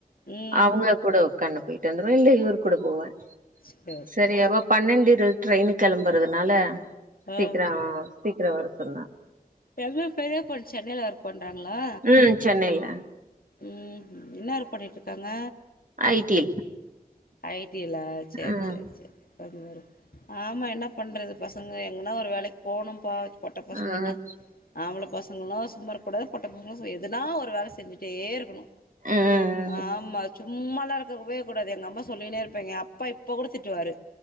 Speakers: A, on the left; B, on the right.
A: ம்
B: அவங்க கூடோ கண்ணு போய் ட்டு வந்துருவ இல்ல இவர் கூட போவ
A: சேரி
B: சரியாவா
A: சேரி சேரி
B: பன்னெண்டு இருவது ட்ரெய்னுக் கெளம்புறதுனால
A: ஆ
B: சீக்ரொ சீக்றொ வர சொன்னா
A: எங்க பெரிய பொண்ணு சென்னைல ஒர்க் பண்றாங்களா
B: ம் சென்னைல
A: ம் என்ன ஒர்க் பண்ணிட்ருக்காங்க
B: ஐ டி
A: ஐ டி ல சேர்
B: ம்
A: சேர் சே கொஞ்ச ஒர்க் ஆமா என்ன பண்றது பசங்க எங்கனா ஒரு வேலைக் போணும்ப்பா பொட்ட பசங்கனா
B: ம்
A: ஆம்பள பசங்களு சும்மாருக்கூடாது பொட்ட பசங்களு எதுனா ஒரு வேல செ டே இருக்கணு
B: ம்
A: ஆமா சும்மாலா இருக்கவே கூடாது எங்க அம்மா சொல்லினே இருப்பாங்க ஏ அப்பா இப்பக் கூட திட்டுவாரு